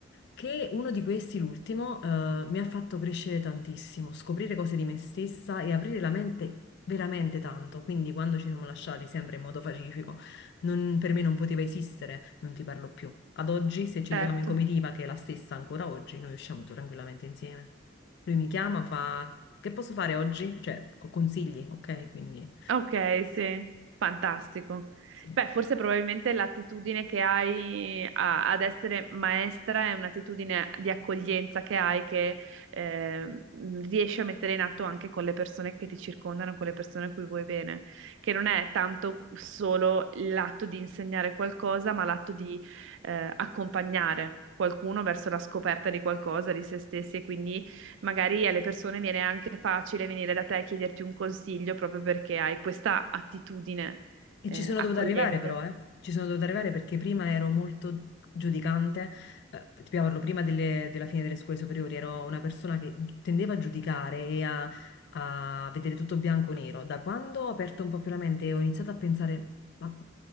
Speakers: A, on the left; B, on the right.
A: che uno di questi, l'ultimo, eh, mi ha fatto crescere tantissimo, scoprire cose di me stessa e aprire la mente veramente tanto. Quindi quando ci siamo lasciati, sempre in modo pacifico, non- per me non poteva esistere, non ti parlo più. Ad oggi, se ci
B: Certo.
A: troviamo in comitiva, che è la stessa ancora oggi, noi usciamo tranquillamente insieme. Lui mi chiama, fa... Che posso fare oggi? Cioè, co- consigli, ok? Quindi...
B: Ok, sì, fantastico.
A: Sì.
B: Beh, forse probabilmente l'attitudine che hai a- ad essere maestra è un'attitudine di accoglienza che hai che ehm, riesci a mettere in atto anche con le persone che ti circondano, con le persone a cui vuoi bene, che non è tanto solo l'atto di insegnare qualcosa, ma l'atto di eh, accompagnare qualcuno verso la scoperta di qualcosa, di se stessi e quindi Magari alle persone viene anche facile venire da te e chiederti un consiglio proprio perché hai questa attitudine,
A: E
B: eh,
A: ci sono
B: accogliente.
A: dovuta arrivare però, eh. Ci sono dovuta arrivare perché prima ero molto giudicante, eh, ti parlo prima delle- della fine delle scuole superiori, ero una persona che tendeva a giudicare e a, a vedere tutto bianco o nero. Da quando ho aperto un po' più la mente e ho iniziato a pensare, ma